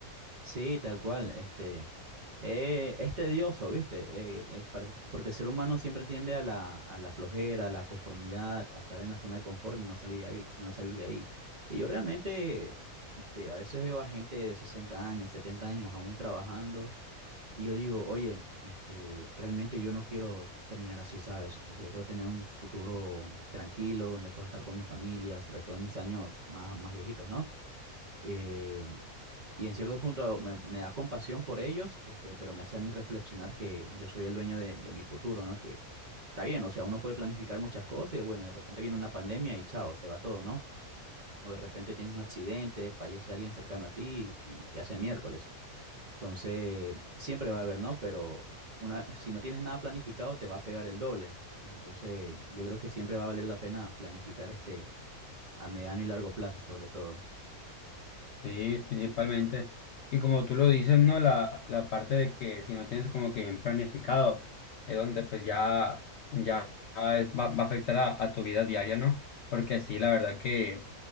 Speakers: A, on the right (about 40°); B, on the left (about 65°).
A: Sí, tal cual. Este, eh, es tedioso, ¿viste? Eh, eh, par- porque el ser humano siempre tiende a la, a la flojera, a la conformidad, a estar en la zona de confort y no salir de ahí, no salir de ahí. Y yo realmente, este, a veces veo a gente de 60 años, 70 años aún trabajando y yo digo, oye, este, realmente yo no quiero terminar así, ¿sabes? O sea, yo quiero tener un futuro tranquilo donde pueda estar con mi familia, sobre todo en mis años más, más viejitos, ¿no? Eh, y en cierto punto me, me da compasión por ellos, este, pero me hace a mí reflexionar que yo soy el dueño de, de mi futuro, ¿no? Que está bien, o sea, uno puede planificar muchas cosas y bueno, de repente viene una pandemia y chao, se va todo, ¿no? O de repente tienes un accidente, fallece alguien cercano a ti y te hace miércoles. Entonces, siempre va a haber, ¿no? Pero una, si no tienes nada planificado, te va a pegar el doble. Entonces, yo creo que siempre va a valer la pena planificar este a mediano y largo plazo, sobre todo.
B: Sí, principalmente. Y como tú lo dices, ¿no? La, la parte de que si no tienes como que bien planificado, es donde pues ya, ya es- va, va a afectar a, a tu vida diaria, ¿no? Porque sí, la verdad que...